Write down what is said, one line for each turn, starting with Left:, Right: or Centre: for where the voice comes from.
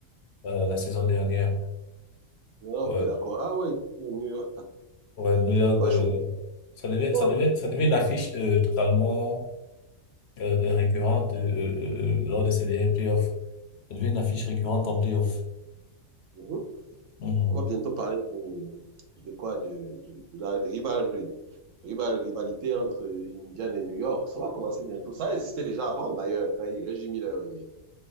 Left: euh, la saison dernière.
Right: Ah,
Left: Ouais,
Right: ok, d'accord. Ah oui, New York.
Left: ouais, New York,
Right: On va
Left: euh,
Right: chauffer
Left: ça devait,
Right: le soir.
Left: ça devait, ça devait une affiche euh, totalement euh, euh, récurrente euh, euh, euh, lors de ces derniers playoffs. Ça devait une affiche récurrente en playoffs.
Right: Mhm.
Left: Mhm.
Right: On va bientôt parler de, de quoi? De, de- de la rivalité. Rival- rivalité entre Indiana et New York. Ça va commencer bientôt. Ça existait déjà avant, d'ailleurs, quand il Reggie Miller et,